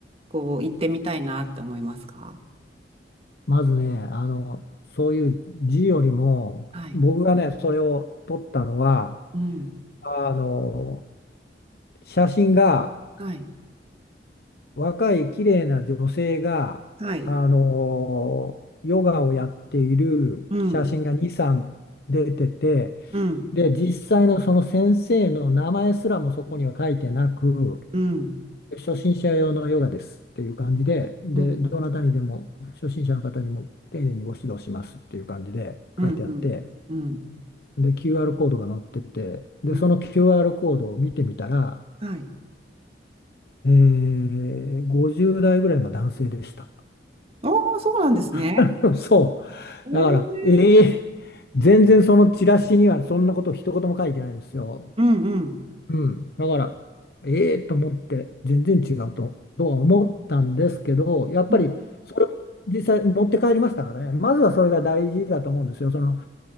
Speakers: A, on the right (about 35°); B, on the left (about 60°).
A: こう言ってみたいなって思いますか
B: まずね、あの、そういう字よりも、
A: はい。
B: 僕がね、それを撮ったのは、
A: うん。
B: あの、写真が
A: はい。
B: 若い綺麗な女性が、
A: はい。
B: あの、ヨガをやっている写真が2、
A: うん。
B: 3出てて、
A: うん。
B: で、実際のその先生の名前すらもそこには書いてなく、
A: うん。
B: 初心者用のヨガですっていう感じで、で、
A: うん、
B: どなたにでも初心者の方にも丁寧にご指導しますっていう感じで書いてあって、
A: うん、うん、うん、
B: で、QR コードが載ってて、で、
A: うん。
B: その QR コードを見てみたら、
A: はい。
B: えー、50代ぐらいの男性でした。
A: ああ、そうなんですね。
B: <laughs> そ
A: ええ
B: う。だから、えー、全然そのチラシにはそんなこと一言も書いてないんですよ。
A: うん、うん、
B: うん。だから、えーと思って、全然違うと、とは思ったんですけど、やっぱり、
A: うん、
B: それを実際持って帰りましたからね。まずはそれが大事だと思うんですよ。その、